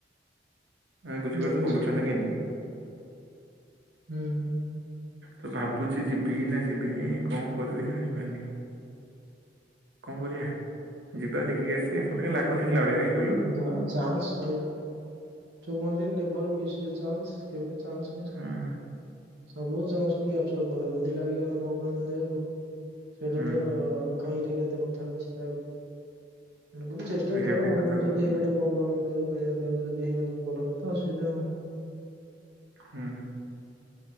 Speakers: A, on the right; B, on the right.
A: ଆମେ ବୁଝିପାରୁଛୁ
B: ଆଚ୍ଛା
A: କମ୍ପ୍ୟୁଟନ ନା କେମିତି?
B: ହୁଁ ହୁଁ।
A: ତ ଭାବୁଛି ଯିବି ନା ଯିବିନି କଣ କରିବି ଜାଣିପାରୁନି। କଣ କରିବା ଯିବା ଦେଖିକି ଆସିବା ମତେ କହିଁ ଲାଗୁନି ହେଲା ଭଳିଆ କାଇଁକି?
B: ଯ ଚାନ୍ସ ଯୋଉ ମନ୍ଦର ନେଭର ମିଶ ଏ ଚାନ୍ସ୍ କେବେ ଚାନ୍ସ୍
A: ହୁଁ
B: ସବୁ ଚାକୁ୍ୟାପଚର କର ଯଦି ଲାଗିଗଲା ଭଗବାନ ଦେହରୁ। ସେଇଟା
A: ହୁଁ
B: ତ କାହିଁରେ କେତେ କଥା ଅଛି ତାକୁ। ତଣୁକରି ଚେଷ୍ଟା
A: ଏଇଆକୁ
B: କର
A: ଠିକ
B: ହବ
A: କଥା
B: ଯଦି
A: କହୁଛୁ
B: ହେଇଗଲା ଭଗବାନଙ୍କ। କାଳିଆ ଦେ ଯଦି ହେଇଗଲା ଭଲ କଥା ଅସୁବିଧା ହବ।
A: ହୁଁ।